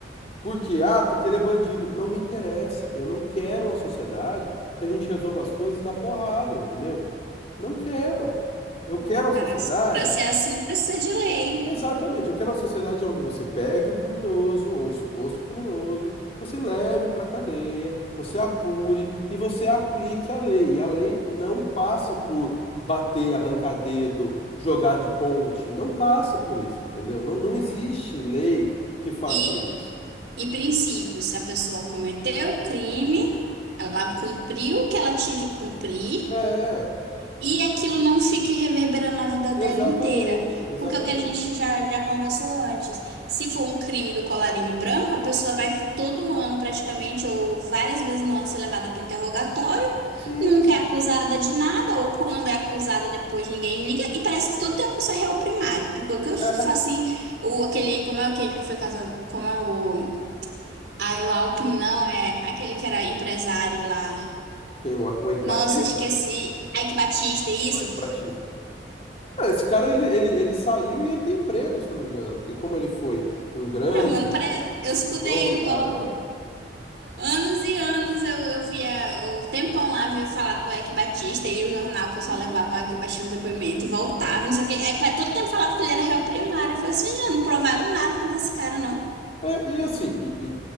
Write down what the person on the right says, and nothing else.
É,
cara,
para ser assim não precisa de lei,
cara.
E,
e princípios, se a pessoa cometeu o crime, ela cumpriu o que ela tinha que cumprir,
E aquilo não fique reverberando na vida dela
inteira.
Porque é o que a gente já, já conversou antes. Se for um crime do colarinho branco, a pessoa vai todo ano praticamente, ou várias vezes no ano, ser levada para interrogatório,
nunca é acusada
de nada, ou quando é acusada depois ninguém liga, e parece que todo tempo isso é réu primário. Porque o que eu faço
assim, o, aquele, como é aquele que foi casado, como é o. Ah, o Alckmin, não, é aquele que era empresário lá.
Nossa,
esqueci. Ike Batista, isso?
Cara, mano, pare... eu
escutei,
ó, anos e anos eu, eu via, o tempão lá via falar do Eike Batista e o jornal, o pessoal
levava o Eike Batista no depoimento e voltava, não sei o quê. Aí pra todo tempo falava que ele era réu primário. Eu falei assim, já não provaram nada contra esse cara, não.